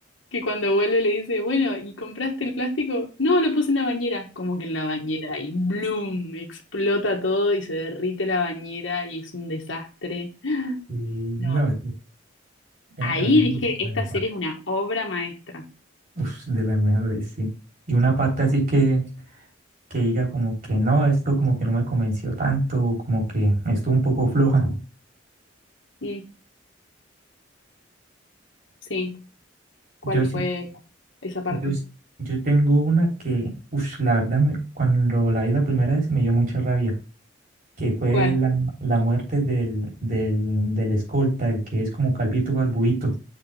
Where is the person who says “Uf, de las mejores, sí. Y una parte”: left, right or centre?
Right